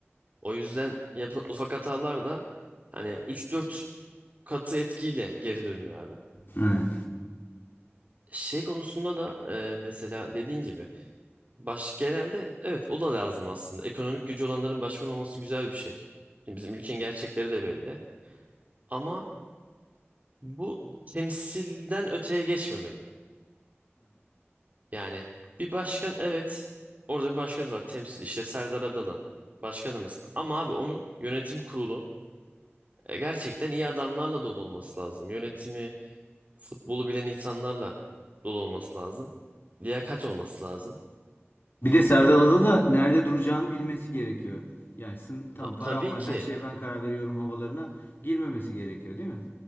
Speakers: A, on the right (about 35°); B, on the left (about 50°).
A: O yüzden yapılan ufak hatalar da hani 3-4 katı etkiyle geri dönüyor abi.
B: He.
A: Şey konusunda da eee, mesela dediğin gibi Baş genelde evet o da lazım aslında. Ekonomik gücü olanların başkan olması güzel bir şey. Şimdi bizim ülkenin gerçekleri de belli. Ama bu temsilden öteye geçmemeli. Yani bir başkan evet orada bir başkanımız var temsil işte Serdar Adalı başkanımız. Ama abi onun yönetim kurulu e, gerçekten iyi adamlarla dolu olması lazım. Yönetimi futbolu bilen insanlarla dolu olması lazım. Liyakat olması lazım.
B: Bir de Serdal da nerede duracağını bilmesi gerekiyor. Yani tamam
A: Ta-
B: param
A: tabii
B: var
A: ki
B: her şeye ben karar veriyorum havalarına girmemesi gerekiyor değil mi?